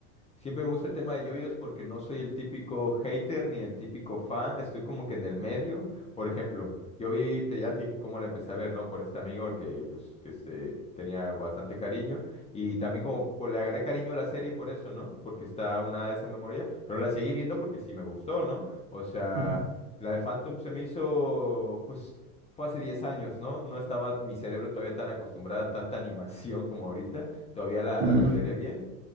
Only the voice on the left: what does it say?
siempre me gusta el tema de yoyos porque no soy el típico hater ni el típico fan, estoy como que en el medio. Por ejemplo, yo vi, te, ya te dije cómo la empecé a ver, ¿no? Por este amigo el que, pues, que se tenía bastante cariño y también como por, le agarré cariño a la serie por eso, ¿no? Porque está una de esa memoria, pero la seguí viendo porque sí me gustó, ¿no? O sea...
La de Phantom se me hizo, pues fue hace 10 años, ¿no? No estaba mi cerebro todavía tan acostumbrada a tanta animación como ahorita. Todavía la,
la toleré bien.